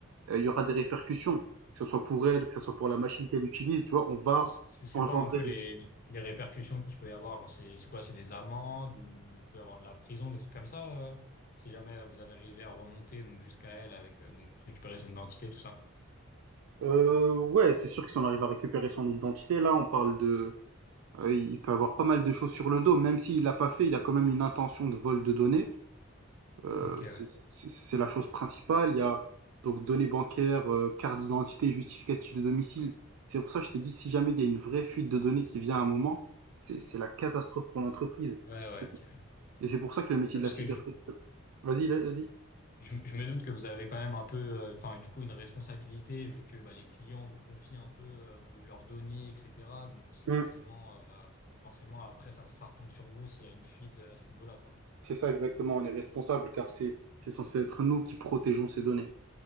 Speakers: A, on the right; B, on the left.
A: euh, il y aura des répercussions, que ce soit pour elle, que ce soit pour la machine qu'elle utilise, tu vois, on va
B: C'est c'est
A: engendrer.
B: quoi un peu les,
A: des-
B: les répercussions qu'il peut y avoir? Genre, c'est c'est quoi? C'est des amendes ou il peut y avoir de la prison, des trucs comme ça, euh, si jamais vous avez arrivé à remonter donc jusqu'à elle avec euh, donc récupérer son identité, tout ça.
A: Euh, ouais, c'est sûr que si on arrive à récupérer son identité, là, on parle de, euh, il peut avoir pas mal de choses sur le dos, même s'il l'a pas fait, il y a quand même une intention de vol de données. Euh,
B: Ok,
A: c'est
B: ouais.
A: c'est- c'est la chose principale. Il y a donc données bancaires, euh, carte d'identité, justificatif de domicile. C'est pour ça que je t'ai dit, si jamais il y a une vraie fuite de données qui vient à un moment, c'est c'est la catastrophe pour l'entreprise.
B: Ouais, ouais,
A: Et c'est
B: ok.
A: et c'est pour ça que le métier
B: Parce
A: de la cybersécurité.
B: que je,
A: Vas-y, là, vas-y.
B: je, je me doute que vous avez quand même un peu, euh, enfin, du coup, une responsabilité vu que bah, les clients vous confient un peu euh, vos- leurs données, etc. Donc, c'est
A: Hum,
B: forcément, euh, forcément, après, ça, ça retombe sur vous s'il y a une fuite euh, à ce niveau-là, quoi.
A: C'est ça exactement, on est responsable car c'est c'est censé être nous qui protégeons ces données.